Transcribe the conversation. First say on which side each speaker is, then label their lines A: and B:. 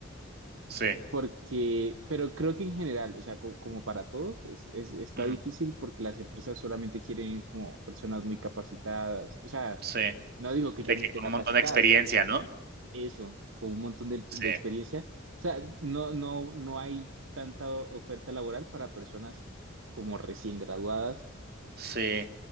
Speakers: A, on the right (about 50°); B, on the right (about 75°).
A: Sí,
B: Porque, pero creo que en general, o sea, co- como, para todos, es, es- está
A: ujú,
B: difícil porque las empresas solamente quieren como personas muy capacitadas. O sea,
A: sí,
B: no digo que yo
A: de que
B: no esté
A: con
B: capacitado,
A: un montón de experiencia, ¿no?
B: eso, con un montón de,
A: Sí,
B: de experiencia. O sea, no, no, no hay tanta oferta laboral para personas como recién graduadas.
A: sí,